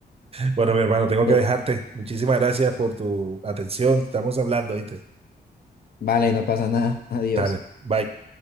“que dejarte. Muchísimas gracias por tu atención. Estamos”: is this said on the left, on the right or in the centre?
Right